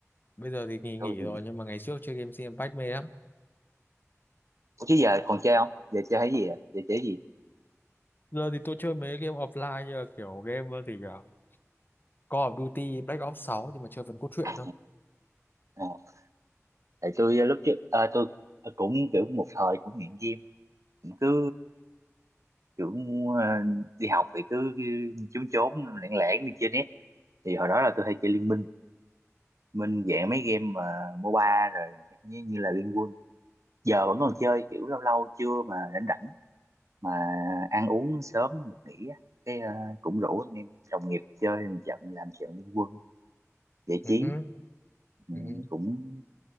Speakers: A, on the left; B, on the right.
A: bây giờ thì nghỉ
B: tôi
A: nghỉ
B: thì
A: rồi nhưng mà ngày trước chơi game Genshin Impact mê lắm
B: Ủa chứ giờ còn chơi không giờ chơi cái gì à giờ chơi cái gì
A: giờ thì tôi chơi mấy game offline như là kiểu game ờ, thì ờ, Call of Duty Black Ops sáu nhưng mà chơi phần cốt truyện
B: à,
A: thôi
B: à, tại tôi lúc trước ờ, tôi cũng kiểu một thời cũng nghiện game cũng cứ kiểu ờ, đi học thì cứ trốn trốn lẻn lẻn đi chơi net thì hồi đó là tôi hay chơi Liên Minh Minh dạng mấy game mà MOBA rồi như, như là Liên Quân giờ vẫn còn chơi kiểu lâu lâu trưa mà rảnh rảnh mà ăn uống sớm được nghỉ á cái ờ, cũng rủ anh em đồng nghiệp chơi một trận làm trận Liên Quân giải
A: Ừ
B: trí
A: hứ,
B: ừ,
A: ừ hứ.
B: cũng